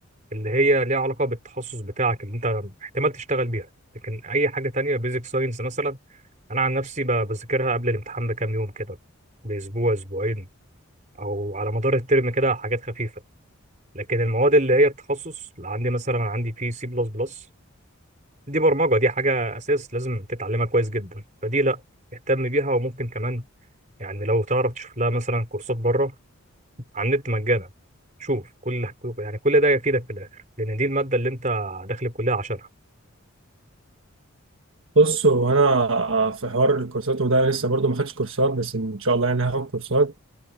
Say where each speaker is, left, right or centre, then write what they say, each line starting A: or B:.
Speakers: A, on the right; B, on the right.
A: اللي هي ليها علاقه بالتخصص بتاعك اللي انت احتمال تشتغل بيها لكن اي حاجه تانية بيزك ساينس مثلا انا عن نفسي ب- بذاكرها قبل الامتحان بكام يوم كده باسبوع اسبوعين او على مدار الترم كده حاجات خفيفه لكن المواد اللي هي التخصص اللي عندي مثلا أنا عندي في سي بلس بلس دي برمجة دي حاجة أساس لازم تتعلمها كويس جدا فدي لأ اهتم بيها وممكن كمان يعني لو تعرف تشوف لها مثلا كورسات بره على النت مجانا شوف كل يعني كل ده يفيدك في الآخر لأن دي المادة اللي أنت داخل الكلية عشانها
B: بص هو أنا في حوار الكورسات وده أنا لسه برضو ما خدتش كورسات بس إن شاء الله يعني هاخد كورسات